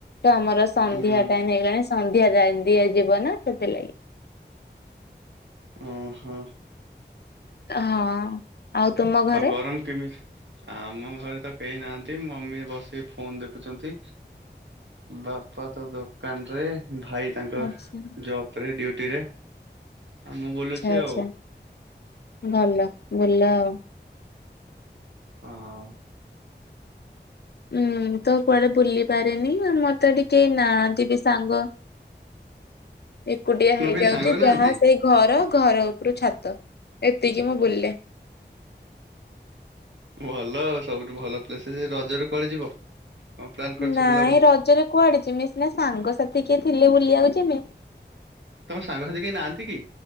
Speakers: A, on the left; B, on the right.
A: ଆମର ସନ୍ଧ୍ୟା
B: ଉଁ
A: ଟାଇମ ହେଇଗଲାଣି ସନ୍ଧ୍ୟା ଯାଇନି। ଦିଆଯିବ ନା ସେଥିଲାଗି।
B: ଓହୋ।
A: ହଁ। ଆଉ ତୁମ ଘରେ?
B: ଆଉ ଗରମ କେମିତି? ଆମ ଘରେ ତ କେହି ନାହାନ୍ତି ମମି ବସିକ ଫୋନ ଦେଖୁଛନ୍ତି। ବାପା ତ ଦୋକାନ ରେ। ଭାଇ ତାଙ୍କ
A: ଆଚ୍ଛା
B: ଜବ ରେ ଡୁଟି ରେ ଆଉ ମୁଁ ବୁଲୁଛି
A: ଆଚ୍ଛା
B: ଆଉ।
A: ଭଲ ବୁଲ ଆଉ।
B: ହଁ।
A: ହୁଁ ତ କୁଆଡେ ବୁଲି ମତେ ଟିକେ ନାହାନ୍ତି ବି ସାଙ୍ଗ। ଏକୁଟିଆ ହେଇଯାଉଛି
B: ମୁଁ କେହି ସାଙ୍ଗ ନାହାନ୍ତି?
A: ଯାହା ସେଇ ଘର। ଘର ଉପରୁ ଛାତ ଏତିକି ମୁଁ ବୁଲେ।
B: ଭଲ ଆ ସବୁଠୁ ଭଲ ପ୍ଲେସ ରଜରୁ ପଳି ଯିବ। କଣ ପ୍ଲାନ୍ କରିଛ
A: ନାଇଁ
B: ବୁଲାବୁଲି?
A: ଏ ରଜରେ କୁଆଡେଛି ସିନା ସାଙ୍ଗସାଥି କିଏ ଥିଲେ ବୁଲିବାକୁ ଯମ।
B: ତମ ସାଙ୍ଗସାଥି କେହି ନାହାନ୍ତି କି